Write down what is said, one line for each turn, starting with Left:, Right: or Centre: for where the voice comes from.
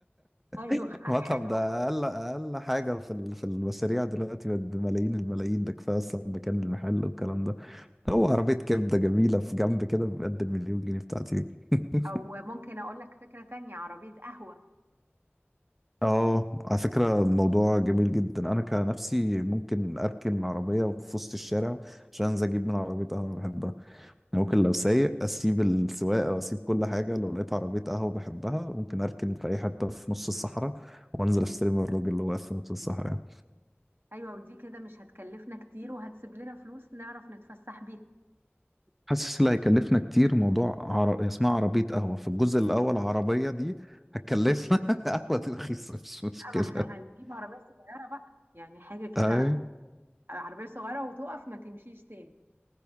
Right: <laughs> أيوه
Centre: <laughs> المطعم
Right: حلوة
Centre: ده أقل أقل حاجة في ال- في المشاريع دلوقتي بقت بملايين الملايين ده كفاية أصلا مكان المحل والكلام ده هو عربية كبدة جميلة في جنب كده بقد المليون جنيه بتاعتي <laughs>
Right: او ممكن اقول لك فكرة تانية عربية قهوة
Centre: اه على فكرة الموضوع جميل جدا أنا كنفسي ممكن أركن العربية في وسط الشارع عشان أنزل أجيب من عربية قهوة أنا بحبها أنا ممكن لو سايق اسيب السواقه واسيب كل حاجه لو لقيت عربيه قهوه بحبها ممكن اركن في اي حته في نص الصحراء وانزل اشتري من الراجل اللي واقف في نص الصحراء يعني
Right: ايوه ودي كده مش هتكلفنا كتير وهتسيب لنا فلوس نعرف نتفسح بيها
Centre: حاسس اللي هيكلفنا كتير موضوع عر... اسمها عربيه قهوه في الجزء الاول العربيه دي هتكلفنا <laughs> قهوه دي رخيصه مش مشكله
Right: لا ما احنا هنجيب عربية صغيرة بقى يعني حاجة كده
Centre: اي
Right: عربية صغيرة وتقف ما تمشيش تاني